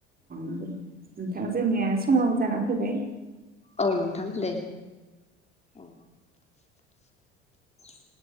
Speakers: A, on the right; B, on the left.
A: नोंथां जोंनिया समाबो जाना फैबाय
B: औ नोंथां दे औ <inaudible>